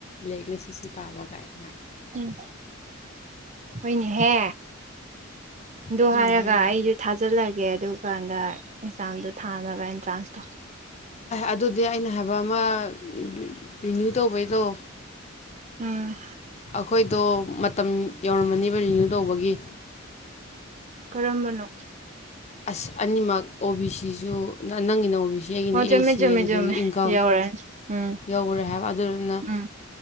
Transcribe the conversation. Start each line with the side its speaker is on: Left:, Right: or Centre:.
Left: ꯂꯦꯛꯅ ꯁꯤ ꯁꯤ ꯄꯥꯕ ꯀꯥꯏꯅ
Right: ꯎꯝ ꯍꯣꯏꯅꯦꯍꯦ ꯑꯗꯣ
Left: ꯍꯣꯏꯅꯦꯍꯦ
Right: ꯍꯥꯏꯔꯒ ꯑꯩꯁꯨ ꯊꯥꯖꯤꯜꯂꯒꯦ ꯒꯦ ꯑꯗꯨ ꯀꯥꯟꯗ ꯑꯦꯛꯖꯥꯝꯗꯣ ꯊꯥꯅꯕ ꯑꯦꯟꯇ꯭ꯔꯥꯟꯁꯇꯣ
Left: ꯑꯗꯨꯗꯤ ꯑꯩꯅ ꯍꯥꯏꯕꯃꯥ ꯑꯃ ꯔꯤꯅ꯭ꯌꯨ ꯇꯧꯕꯩꯗꯣ
Right: ꯎꯝ
Left: ꯑꯩꯈꯣꯏꯗꯣ ꯃꯇꯝ ꯌꯧꯔꯝꯃꯅꯤꯕ ꯔꯤꯅ꯭ꯌꯨ ꯇꯧꯕꯒꯤ
Right: ꯀꯔꯝꯕꯅꯣ
Left: ꯑꯁ ꯑꯅꯤꯃꯛ ꯑꯣ ꯕꯤ ꯁꯤꯁꯨ ꯅꯪꯒꯤꯅ ꯑꯣ ꯕꯤ ꯁꯤ ꯑꯩꯒꯤꯅ
Right: ꯑꯣ ꯆꯨꯝꯃꯦ
Left: ꯑꯦ ꯁꯤ
Right: ꯆꯨꯝꯃꯦ
Left: ꯑꯗꯨꯗꯒꯤ
Right: ꯆꯨꯝꯃꯦ
Left: ꯏꯟꯀꯝ
Right: ꯌꯧꯔꯛꯑꯅꯤ ꯎꯝ
Left: ꯌꯧꯈꯔꯦ ꯍꯥꯏꯕ ꯑꯗꯨꯗꯨꯅ
Right: ꯎꯝ